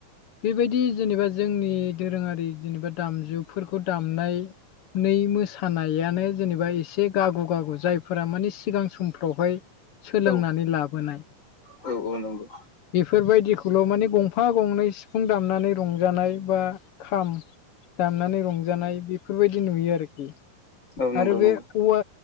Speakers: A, on the left; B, on the left.
A: बेबायदि जेनेबा जोंनि दोरोङारि जेनेबा दामजुफोरखौ दामनाय नै मोसानायानो जेनेबा एसे गागु गागु जायफोरा माने सिगां सम हाय सोलोंनानै
B: औ
A: लाबोनाय
B: औ औ नंगौ
A: बेफोरबायदिखौ स्कुलाव माने गंफा गंनै सिफुं दामनानै रंजानाय बा खाम दामनानै रंजानाय बेफोरबायदि नुयो आरोखि
B: औ नंगौ
A: आरो बे
B: नंगौ
A: औवा